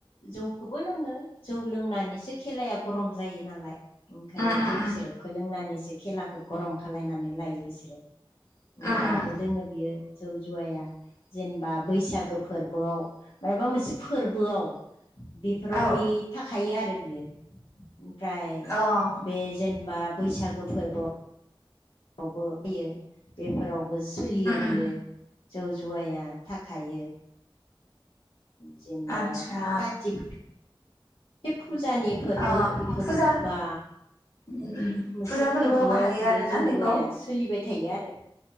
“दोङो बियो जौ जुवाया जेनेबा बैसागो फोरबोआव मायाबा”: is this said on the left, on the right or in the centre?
Left